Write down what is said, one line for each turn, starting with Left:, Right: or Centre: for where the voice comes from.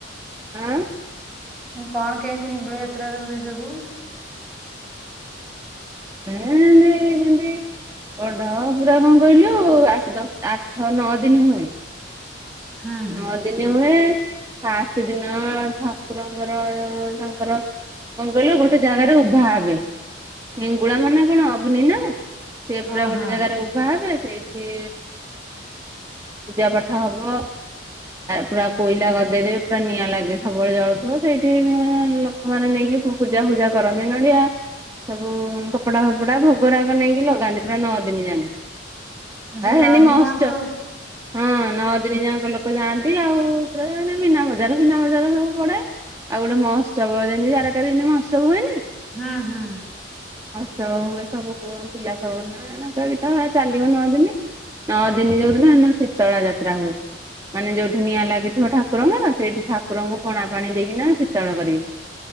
Right: ଆଁ
Centre: କଣ କେମିତି ହିଙ୍ଗୁଳା ଯାତ୍ରାରେ ହୁଏ ସବୁ?
Right: ଏ ଏ ଶେନ୍ତି ଶେନ୍ତି। ପଢ ପୁରା କଣ କହିଲୁ ଆଠ ଦଶ ଆଠ ନଅ ଦିନ ହୁଏ।
Centre: ହୁଁ ହୁଁ
Right: ହଁ ଦିନେ ଓଳେ ଫାଷ୍ଟ ଦିନ ଠାକୁରଙ୍କର ତାଙ୍କର କଣ କହିଲୁ ଗୋଟେ ଜାଗାରେ ଉଭା ହେବେ, ହିଙ୍ଗୁଳା ମାନେ କଣ ଅଗ୍ନିନା। ସେ
Centre: ହଁ
Right: ପୁରା ଗୋଟେ
Centre: ହଁ
Right: ଜାଗାରେ ଉଭା ହେବେ ସେଇଠି ପୂଜା ପାଠ ହବ।
Centre: ହଁ
Right: ପୁରା କୋଇଲା ଗଦେଇଦେବେ ପୁରା ନିଆଁ ଲାଗେ ସବୁବେଳେ ଜଳୁଥିବ ସେଇଠି ଆଁ ଲୋକମାନେ ନେଇକି ଫୋ ପୂଜା ଫୂଜା କରନ୍ତି ନଡିଆ ସବୁ କପଡା ଫପଡା ଭୋଗ ରାଗ ନେଇକି ଲଗାନ୍ତି ପୁରା ନଅ ଦିନ ଯାଏଁ।
Centre: ସେ
Right: ଆ
Centre: ନଅ
Right: ନିି
Centre: ଦିନିଆଙ୍କ
Right: ମହୋସ୍ଚବ ହଁ ନଅ ଦିନ ଯାଙ୍କ ଲୋକ ଯାଆନ୍ତି ଆଉ ପୁରା ମାନେ ମିନା ବଜାର ଫିନା ବଜାର ସବୁ ପଡେ। ଆଉ ଗୋଟେ ମହୋତ୍ସବ ଯେମିତି ଜାରକାରେ ଯେମିତି ମହତ୍ସବ ହୁଏନି
Centre: ହୁଁ ହୁଁ।
Right: ସୁ ଏ ସବୁ ପୁଅ ପିଲା ସବୁ <unintelligible> ଚାଲିବ ନ ଦିନି। ନଅ ଦିନ ଯୋଉ ଦିନ ସେଦିନ ଶୀତଳା ଯାତ୍ରା ହୁଏ। ମାନେ ଯୋଉଠି ନିଆଁ ଲାଗିଥିବ ଠାକୁରଙ୍କ ସେଇଠି ଠାକୁରଙ୍କୁ ପଣା ପାଣି ଦେଇକିନା ଶୀତଳ କରିବେ।